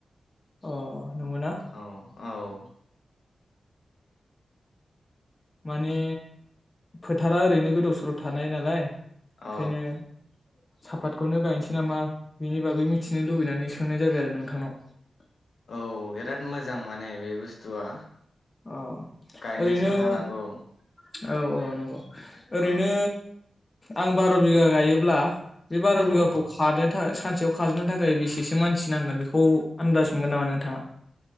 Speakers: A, on the left; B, on the left.
A: अ। नोंगौ ना
B: औ औ
A: माने फोथारा ओरैनो गोदाव सोराव थानाय नालाय।
B: अ
A: ओंखायनो सापातखौनो गायनोसै नामा बिनि बागै मिथिनो लुबैनानै सोंनाय जाबाय आरो नोंथांनाव।
B: औ बिराद मोजां माने बे बुस्थुआ
A: अ
B: गायनोसो
A: ओरैनो
B: हानांगौ
A: औ औ नंगौ ओरैनो
B: ओ
A: आं बार बिगा गायोब्ला बे बार
B: औ
A: बिगाखौ खाद सानसेयाव खाजोबनो थाखाय बेसेसो मानसि नांगोन बेखौ आन्दाज मोनगोन नामा नोंथाङा